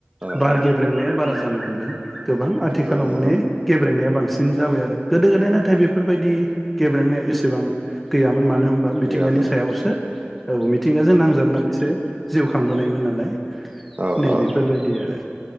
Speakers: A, on the right (about 35°); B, in the centre.
A: औ
B: बार
A: औ
B: गेब्रेंनाया बारा न हमदों गोबां आथिखालाव
A: नंगौ नंगौ
B: माने गेब्रेंनाया बां जों जाबाय आरो गोदो गोदाय नाथाय बेफोरबायदि गेब्रेंनाया एसेबां गैयामोन मानो होनबा मिथिंगानि
A: गैयामोन
B: सायावसो औ। <unintelligible> जिउ खांबोनायमोन नालाय ।
A: औ
B: नै
A: औ
B: बेफोरबायदि आरो